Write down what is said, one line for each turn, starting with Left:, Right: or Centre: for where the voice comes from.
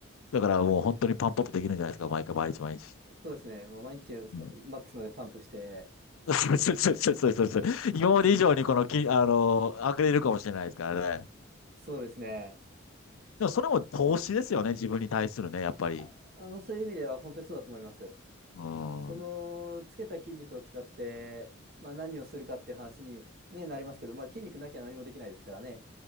Left: だからもう本当にパンプアップできるんじゃないですか。毎回毎日毎日。
Right: そうですね、もう毎日
Left: うん。
Right: マックスまでパンプして、
Left: <laughs> そうそうそうそうそうそう。今まで以上にこのき、あの、上げれるかもしれないですからね。
Right: そうですね、
Left: でもそれも投資ですよね。自分に対するね、やっぱり。
Right: あ、あの、そういう意味では本当にそうだと思います。
Left: う
Right: その、
Left: ん。
Right: つけた筋肉を使って、まあ何をするかっていう話に、ね、なりますけど、まあ筋肉なきゃ何もできないですからね。